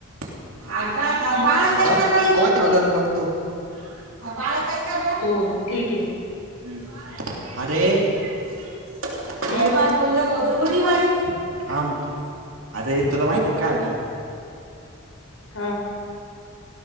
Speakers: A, on the right; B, on the left.
A: <unintelligible> आता काय? चालल बघतो <unintelligible>
B: हो ठीक आहे
A: हम्म अरे <unintelligible> <unintelligible>
B: हम्म
A: थांब आता हे तुला माहित क्हायल?
B: हा